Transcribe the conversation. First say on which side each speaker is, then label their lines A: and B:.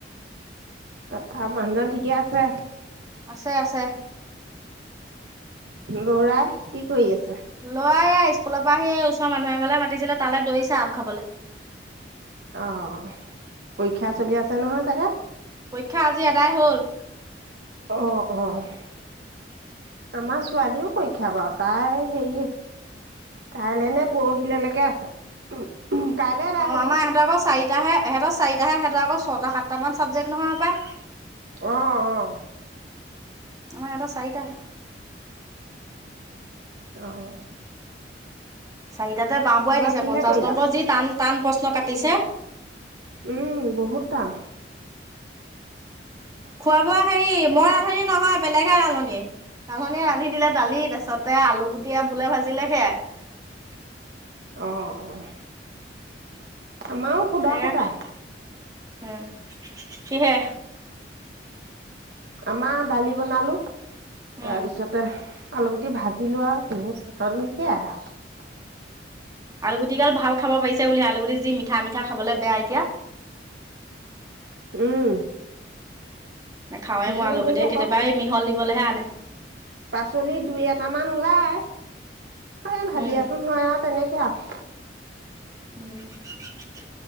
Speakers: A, on the right; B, on the right.
A: <unintelligible> মানুহজন ঠিকে আছে।
B: আছে আছে।
A: ল'ৰা কি কৰি আছে?
B: ল'ৰা এই স্কুলৰ পৰা আহি ওচৰৰ মানুহ এ ঘলে মাতিছিলে তালৈ দৌৰিছে আম খাবলৈ।
A: অ পৰীক্ষা চলি আছে নহয় চাগে।
B: পৰীক্ষা আজি এদাই হ'ল।
A: অ' অ' আমাৰ ছোৱালীও পৰীক্ষা বাৰ তাই হেৰি কাইলে নে পৰহিললৈকে আছে। কাইলে এদাই
B: অ
A: হ'ব
B: আমাৰ ইহঁত আকৌ চাৰিাহে ইহঁত চাৰিটাহে সিহঁতৰকৌ ছটা সাতটা মান চাবজেক্ট নহয় হপাই।
A: অ'
B: আমাৰ এটা চাৰিটাাহে <inaudible>
A: অঁ।
B: চাৰিটাতে বওঁ বোৱাই দিছে
A: কিহে
B: পঞ্চাশ
A: কৰিলা?
B: নম্বৰ যি টান টান প্ৰশ্ন কাটিছে।
A: উম বহুত টান।
B: খোৱা বোৱা হেৰি মই ৰান্ধনী নহয় বেলেগে ৰান্ধনী। ৰান্ধনিয় ৰান্ধি দিলে দালি তাৰপিছতে আলু গুটি ভুলে ভাজিলে সেয়াই।
A: অ' অ' আমাৰো সুধা
B: সেয়া
A: সুধা।
B: উম, কিহে?
A: আমাৰ দালি বনালো
B: উম।
A: তাৰপিছতে আলুু টি ভাজি লোৱা আৰু িহু চাটনি সেয়াই আৰু <inaudible>
B: আলুগুটিকাল ভাল খাব পাৰিছে বুলি আলুগুটি যিম পিঠা মিঠা খাবলৈ বেয়া এতিয়া।
A: উম।
B: নেখাওঁ
A: হ'লেও
B: মই আলো
A: হেৰি
B: গতিে
A: আকৌ
B: কেতিয়াবা এই মিহল দিবলৈহে আনে।
A: পাচলি দুই এটামান ওলাই। এই ভাজি
B: উম
A: এখন হয় আৰু তেনেকে আৰু।
B: উম <unintelligible>